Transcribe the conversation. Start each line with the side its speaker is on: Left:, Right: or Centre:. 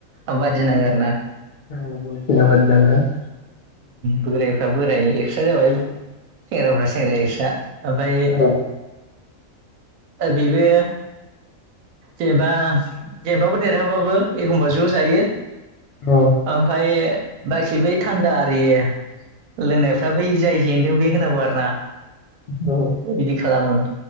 Right: ओबाजि
Left: ज'नो
Right: नाङो आरोना
Left: औ बल बाजि नाङो ना
Right: बोरायफ्रा बोराय एक्सट्रा जाबाय सेंग्राफ्रा सेंग्राया एक्स्रा ओमफायो
Left: औ
Right: ओ बिबो जेनेबा जेनबाबो देरहाबाबो एखमबा ज' जायो
Left: औ
Right: ओमफाय बाखि बै थान्दा आरियो लोंनायफ्रा बै जाय जेन बे होनांगौ आरो ना
Left: औ
Right: बिदि खालामो